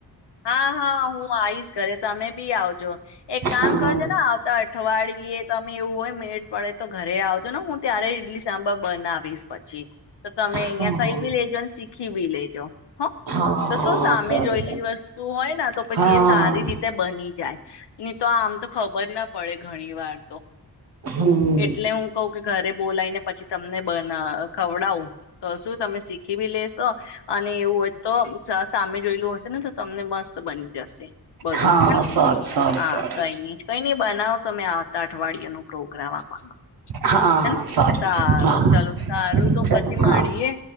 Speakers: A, on the left (about 80°); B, on the right (about 60°).
A: હા હા હું આવીશ ઘરે તમે બી આવજો એક
B: હા
A: કામ કરજે ને આવતા અઠવાડિયે તો કોઈ મેઘ પડે તો ઘરે આવજો ને હું ત્યારે ઈડલી સાંભર બનાવીશ પછી તો તમે અહિયાં
B: હા
A: કઈ બી લેજોને શીખી બી લેજો <inaudible> હ
B: હા
A: તો શું સામે
B: સારું
A: જોયેલી
B: સારું
A: વસ્તુ હોયને તો પછી
B: હા
A: એ સારી રીતે બની જાય નહી તો આમ તો ખબર ના પડે ઘણી વાર તો
B: હમ
A: એટલે હું કઉ કે ઘરે બોલાયને પછી તમને બ ખવડાવું તો શું તમે શીખી બી લેશો અને એવું હોય તો સામે જોયેલું હશે ને તો તમને મસ્ત બની જશે બધું
B: હા
A: હે
B: સારું સારું
A: હા
B: સારું
A: કઈ નઈ કઈ નઈ બનાવો તમે આવતા પઠવાડિયાનું પ્રો કર પા
B: હા
A: હે સારું
B: હા
A: ચલો સારું તો
B: ચલો
A: પછી મળીએ
B: હા